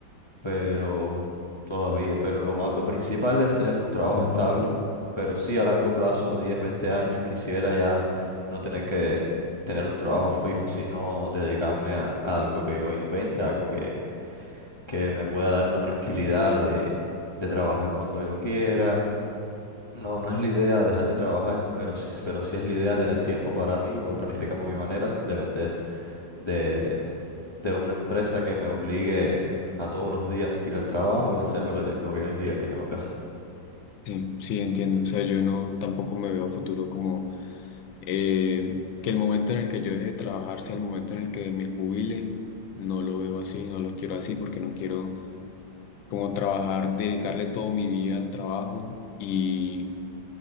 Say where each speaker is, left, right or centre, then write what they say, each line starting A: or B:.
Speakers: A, on the left; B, on the left.
A: pero todavía, pero lo ma- lo principal es tener un trabajo estable, pero sí a largo plazo, 10, 20 años, quisiera ya no tener que tener un trabajo fijo, sino dedicarme a, a algo que yo invente, algo que, que me pueda dar una tranquilidad de, de trabajar cuando yo quiera no, no es la idea dejar de trabajar, pero sí, pero sí es la idea tener tiempo para mí y poder planificarme a mi manera sin depender de, de una empresa que me obligue a todos los días ir al trabajo y hacer lo que, te- lo que ellos digan que tengo que hacer.
B: Sí, sí, entiendo. O sea, yo no tampoco me veo a futuro como eh, que el momento en el que yo deje de trabajar sea el momento en el que me jubile. No lo veo así, no lo quiero así porque no quiero como trabajar, dedicarle todo mi día al trabajo y